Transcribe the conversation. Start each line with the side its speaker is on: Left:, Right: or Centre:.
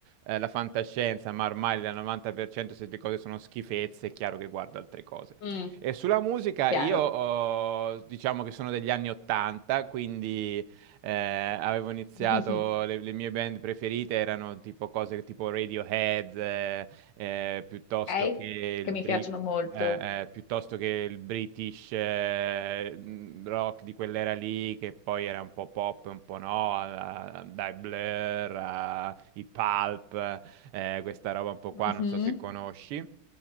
Right: eh, la fantascienza, ma ormai la 90% se le cose sono schifezze, è chiaro che guardo altre cose.
Left: Mm,
Right: E sulla musica
Left: chiaro.
Right: io ho- diciamo che sono degli anni 80, quindi eh, avevo iniziato,
Left: <laughs>
Right: le, le mie band preferite erano tipo cose che- tipo Radiohead, eh, eh, piuttosto
Left: Ok?
Right: che il
Left: Che
Right: Bri-
Left: mi piacciono molto.
Right: eh, eh, piuttosto che il British eh, mh, rock di quell'era lì, che poi era un po' pop, un po' no, a- a- dai Blur, a- i Pulp, eh, questa roba un po' qua,
Left: Mhm.
Right: non so se conosci.